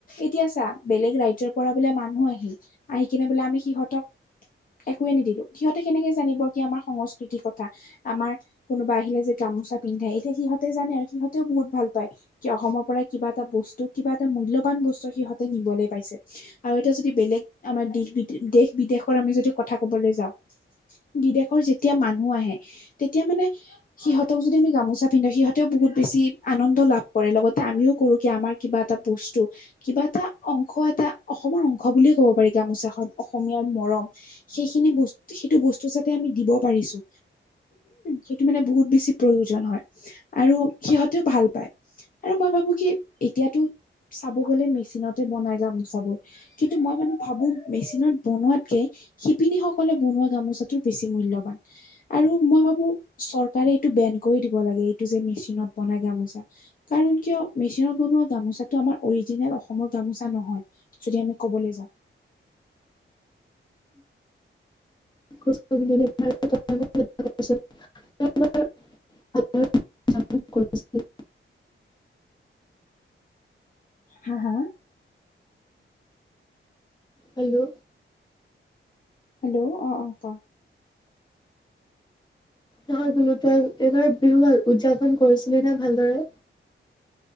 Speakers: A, on the left (about 40°); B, on the left (about 20°).
A: এতিয়া চা বেলেগ ৰাজ্যৰ পৰা বোলে মানুহ আহিল, আহি কিনে বোলে আমি সিহঁতক একোৱয়ে নিদিলো। সিহঁতে কেনেকে জানিব কি আমাৰ সংস্কৃতিৰ কথা আমাৰ কোনোবা আহিলে যে গামোচা পিন্ধে এতিয়া সিহঁতে জানে আৰু সিহঁতেও বহুত ভাল পায়। কি অসমৰ পৰা কিবা এটা বস্তু কিবা এটা মূল্যবান বস্তু সিহঁতে নিবলৈ পাইছে। আৰু এতিয়া যদি বেলেগ আমাৰ দেশ বিদ দেশ বিদেশৰ আমি যদি কথা কবলৈ যাওঁ, বিদেশৰ যেতিয়া মানুহ আহে তেতিয়া মানে সিহঁতক যদি আমি গামোচা পিন্ধাও, সিহঁতেও বহুত বেছি আনন্দ লাভ কৰে লগতে আমিও কৰো কি আমাৰ কিবা টা বস্তু কিবা এটা অংশ এটা অসমৰ অংশ বুলিয়ে কব পাৰি গামোচাখন অসমীয়াৰ মৰম, সেইখিনি বস্ত সেইটো বস্তু যাতে আমি দিব পাৰিছো। সেইটো মানে বহুত বেছি প্ৰয়োজন হয় আৰু সিহঁতেও ভাল পায়। আৰু মই ভাবো কি এতিয়াতো চাব গ'লে মেচিনতে বনাই গামোচাবোৰ, কিন্তু মই মানে ভাবো মেচিনত বনোৱাতকে শিপিনী সকলে বনোৱা গামোচা বেছি মূল্যবান। আৰু মই ভাবো চৰকাৰে এইটো বেন কৰি দিব লাগে এইটো যে মেচিনত বনাই গামোচা। কাৰণ কিয় মেচিনত বনোৱা গামোচাটো আমাৰ অৰিজিনেল অসমৰ গামোচা নহয়। যদি আমি ক'বলৈ যাওঁ।
B: <unintelligible> <unintelligible>
A: হা? হা?
B: হেল্লো।
A: হেল্লো অ অ ক।
B: নহয় বোলো তই এইবাৰ বিহু উদযাপন কৰিছিলি নে ভালদৰে?